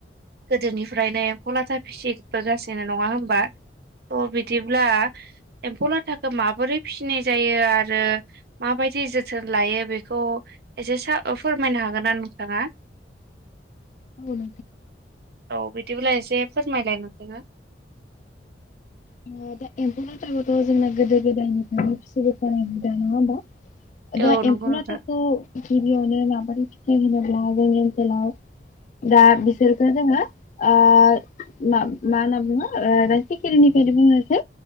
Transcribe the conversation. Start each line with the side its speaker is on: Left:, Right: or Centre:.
Right: गोदोनिफ्रायनो एम्फौ लाथा फिसिबोगासिनो नङा होमबा अ बिदिब्ला। एम्फौ लाथा माबोरै फिसिनाय जायो आरो माबायदि जोथोन लायो बेखौ एसे सा फोरमायनो हागोनना नोंथाङा?
Left: औ बुं
Right: औ बिदिब्ला एसे फोरमायलाय नोथांआ?
Left: उ <inaudible> दा एम्फौ लाथाखौथ' जोंना गोदो गोदायनिफ्रायनो फिसिबोखायो नङा होमबा। दा
Right: औ नंगौ
Left: एमफौ
Right: नोंथां
Left: लाथाखौ गिबिआवनो लाबाय बे लागानि लाव दा बिसोरखो जोङो ओ मा मा होनना बुङो ओ सिखिरिनिफ्रायनो बुंनोसै